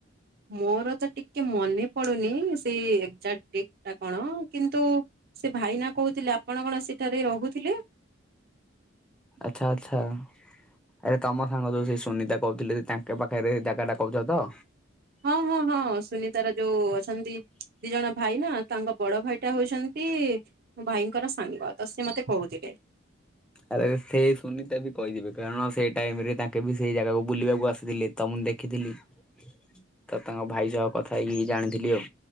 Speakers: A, on the right (about 50°); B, in the centre.
A: ମୋର ତ ଟିକେ ମନେ ପଡୁନି ସେଇ ଏକ୍ଜାକ୍ଟ ଡେଟ ଟା କଣ କିନ୍ତୁ ସେ ଭାଇନା କହୁଥିଲେ ଆପଣ କଣ ସେଠାରେ ରହୁଥିଲେ।
B: ଆଚ୍ଛା ଆଛା ଆରେ ତମ ସାଙ୍ଗ ଯୋଉ ସେ ସୁନିତା କହୁଥିଲେ ତାଙ୍କ ପାଖରେ ଜାଗା ଟା କହୁଛ ତ
A: ହଁ ହଁ ହଁ ସୁନୀତାର ଯୋଉ ଅଛନ୍ତି ଦି ଜଣ ଭାଇ ନା ତାଙ୍କ ବଡ ଭାଇଟା ହଉଛନ୍ତି ମୋ ଭାଇଙ୍କର ସାଙ୍ଗ ତ ସେ ମୋତେ କହୁଥିଲେ
B: ଆରେ ସେଇ ସୁନିତା ବି କହିଯିବେ କାରଣ ସେଇ ଟାଇମ ରେ ତାଙ୍କେ ବି ସେଇ ଜାଗାକୁ ବୁଲିବାକୁ ଆସିଥିଲେ ତ ମୁଁ ଦେଖିଥିଲି ତ ତାଙ୍କ ଭାଇ ସହ କଥା ହେଇକି ଜାଣିଥିଲି ଆଉ